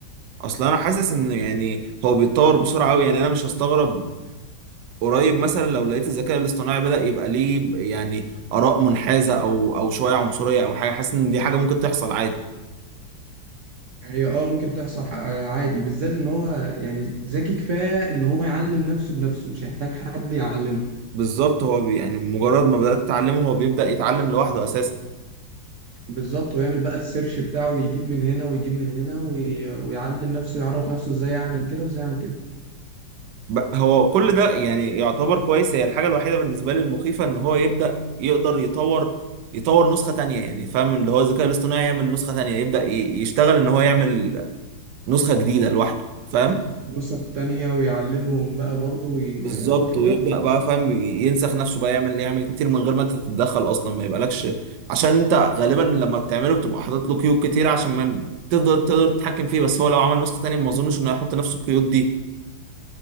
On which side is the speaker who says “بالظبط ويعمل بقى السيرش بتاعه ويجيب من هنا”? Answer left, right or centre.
Right